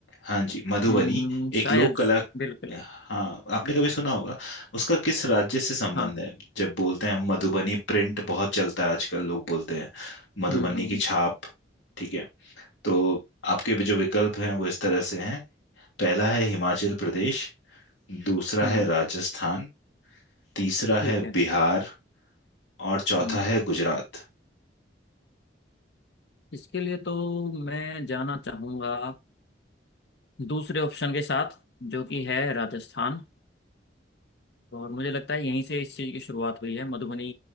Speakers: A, on the left; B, on the left.
A: हाँ जी मधुबनी
B: हम्म
A: एक
B: शायद
A: लोक कला
B: बिल्कुल
A: हाँ आपने कभी सुना होगा उसका किस राज्य से संबंध
B: हाँ
A: है जब बोलते हैं हम मधुबनी प्रिंट बहुत चलता है आजकल लोग बोलते हैं मधुबनी
B: हम्म हम्म
A: की
B: हम्म
A: छाप ठीक है तो आपके भी जो विकल्प हैं वो इस तरह से हैं पहला है हिमाचल प्रदेश दूसरा
B: हम्म,
A: है राजस्थान तीसरा है
B: ठीक है
A: बिहार और चौथा
B: हम्म
A: है गुजरात
B: इसके लिए तो मैं जाना चाहूंगा दूसरे ऑप्शन के साथ जो कि है राजस्थान और मुझे लगता है यहीं से इस चीज़ की शुरुआत हुई है मधुबनी